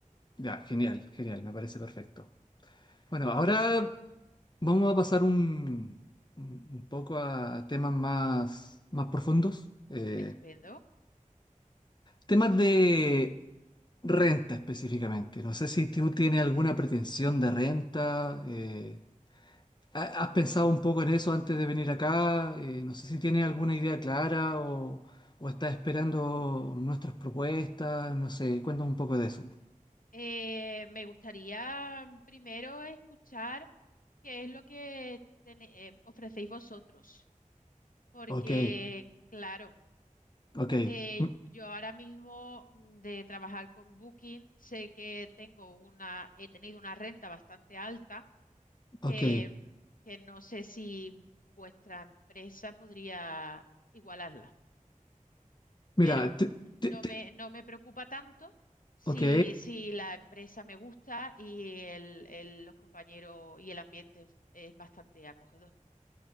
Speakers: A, on the left; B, on the left.
A: ya, genial, genial, me parece perfecto. Bueno, ahora vamos a pasar un, un- un poco a temas más, más profundos. eh,
B: Estupendo.
A: temas de renta específicamente. No sé si tú tienes alguna pretensión de renta. eh, ha- ¿has pensado un poco en eso antes de venir acá? Eh, no sé si tienes alguna idea clara o, o estás esperando nuestras propuestas. No sé, cuéntame un poco de eso.
B: Eh, me gustaría primero escuchar qué es lo que tene- eh, ofrecéis vosotros, porque
A: Ok,
B: claro,
A: ok,
B: eh,
A: mm,
B: yo ahora mismo mm, de trabajar con Booking sé que tengo una, he tenido una renta bastante alta
A: ok.
B: que, mm, que no sé si vuestra empresa podría igualarla,
A: Mira,
B: pero
A: te, te-
B: No
A: te-
B: me, no me preocupa tanto si,
A: ok.
B: si la empresa me gusta y el, el- los compañeros y el ambiente es es bastante acogedor.